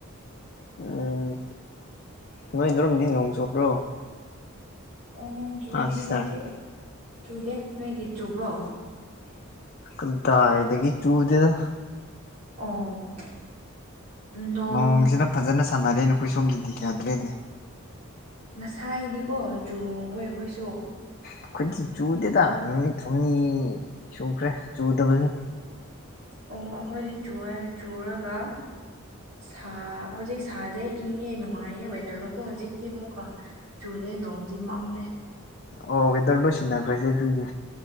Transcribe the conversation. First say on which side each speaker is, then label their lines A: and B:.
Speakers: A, on the left; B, on the right.
A: ꯎꯝ ꯅꯣꯏ ꯑꯗꯣꯝꯗꯤ ꯅꯣꯡ ꯆꯨꯕ꯭ꯔꯣ
B: ꯑꯣ ꯆꯨꯗꯦ
A: ꯑꯥ
B: ꯍꯧꯖꯤꯛꯇꯤ
A: ꯁꯤꯁꯇꯔ
B: ꯆꯨꯗꯦ ꯅꯣꯏꯒꯤ ꯆꯨꯕ꯭ꯔꯣ
A: ꯀꯗꯥꯏꯗꯒꯤ ꯆꯨꯗꯦꯗ
B: ꯑꯣ ꯅꯣꯡ
A: ꯅꯣꯡꯁꯤꯅ ꯐꯖꯅ ꯁꯥꯟꯅꯔꯦꯅꯦ ꯑꯩꯈꯣꯏ ꯁꯣꯝꯗꯗꯤ ꯌꯥꯗ꯭ꯔꯦꯅꯦ
B: ꯉꯁꯥꯏꯗꯤꯀꯣ ꯆꯨꯏꯌꯦ ꯑꯩꯈꯣꯏꯁꯨ
A: ꯑꯩꯏꯈꯣꯏꯗꯤ ꯆꯨꯗꯦꯗ ꯅꯨꯃꯤꯠ ꯍꯨꯝꯅꯤ ꯁꯨꯈ꯭ꯔꯦ ꯆꯨꯗꯕꯁꯨ
B: ꯑꯣ ꯑꯩꯈꯣꯏꯗꯤ ꯆꯦꯏꯌꯦ ꯆꯨꯔꯒ ꯁꯥ ꯍꯧꯖꯤꯛ ꯁꯥꯗꯦ ꯏꯪꯉꯦ ꯅꯨꯡꯉꯥꯏꯌꯦ ꯋꯦꯗꯔꯗꯨꯀꯨ ꯍꯧꯖꯤꯛꯇꯤ ꯑꯃꯨꯛꯀ ꯆꯨꯨꯗꯦ ꯅꯣꯡꯗꯤ ꯃꯝꯃꯦ
A: ꯑꯣ ꯋꯦꯗꯔꯗꯣ ꯁꯤꯟꯅꯈ꯭ꯔꯁꯦ ꯑꯗꯨꯗꯤ